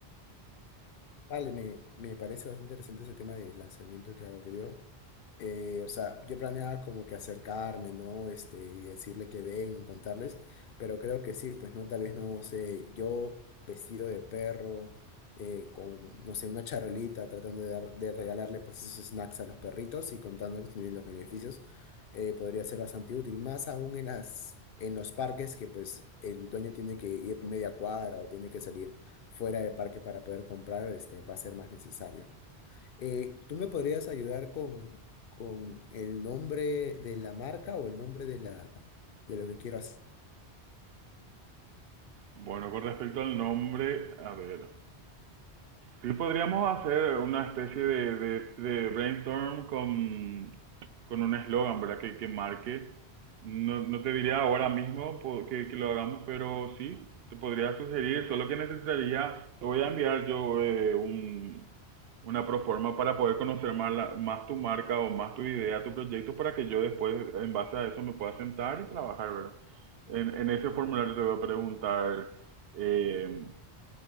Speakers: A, on the left; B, on the right.
A: Vale, me, me parece bastante interesante ese tema de lanzamiento que ha ocurrido. Eh, o sea, yo planeaba como que acercarme, ¿no? Este, y decirle que ven, contarles, pero creo que sí, pues no, tal vez no sé, yo vestido de perro, eh, con, no sé, una charolita, tratando de dar, de regalarle pues esos snacks a los perritos y contándoles también los beneficios, eh, podría ser bastante útil, más aún en las, en los parques que pues el dueño tiene que ir media cuadra o tiene que salir fuera del parque para poder comprar, este, va a ser más necesario. Eh, ¿tú me podrías ayudar con, con el nombre de la marca o el nombre de la, de lo que quiero hacer?
B: Bueno, con respecto al nombre, a ver, Sí, podríamos hacer una especie de, de- de brainstorm con, con un eslogan, ¿verdad? Que, que marque. No, no te diría ahora mismo po- que, que lo hagamos, pero sí, te podría sugerir, solo que necesitaría, te voy a enviar yo eh, un, una proforma para poder conocer más, la- más tu marca o más tu idea, tu proyecto, para que yo después, en base a eso, me pueda sentar y trabajar, ¿verdad? En, en ese formulario te voy a preguntar... eh,